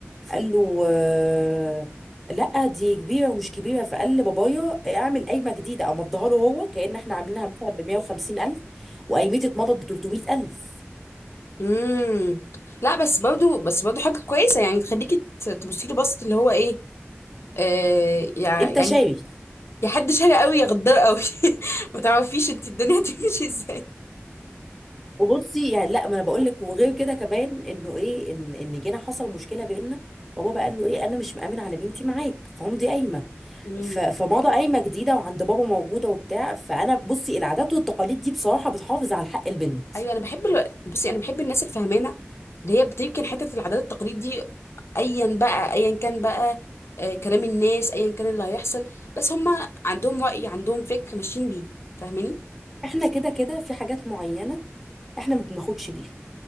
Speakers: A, in the centre; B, on the left.
A: قال له آه، لا دي كبيره ومش كبيره فقال لبابايا اعمل قايمه جديده او مضيها له هو كأن احنا عاملينها مثلا ب 150 الف وقايمتي اتمضت ب 300 الف
B: امم لا بس برضو بس برضو حاجه كويسه يعني تخليكي ت- تبصي له بصت اللي هو ايه آه يع-
A: انت
B: يعني
A: شاري
B: يا حد شاري قوي يا غدار قوي <laughs> ما تعرفيش انت الدنيا <laughs> هتمشي ازاي
A: وبصي يعني لا ما انا بقول لك وغير كده كمان انه ايه ان ان جينا حصل مشكله بيننا بابا بقى قال له ايه انا مش مأمن على بنتي معاك فهم دي قايمه
B: امم
A: ف... فماضة قايمة جديدة وعند بابا موجودة وبتاع فأنا بصي العادات والتقاليد دي بصراحة بتحافظ على حق البنت
B: ايوه انا بحب الو... بصي انا بحب الناس الفهمانه اللي هي بتمكن حته العادات والتقاليد دي ايا بقى ايا كان بقى آه، كلام الناس ايا كان اللي هيحصل بس هما عندهم رأي عندهم فكر ماشيين بيه فاهماني
A: احنا كده كده في حاجات معينة احنا ما بناخدش بيها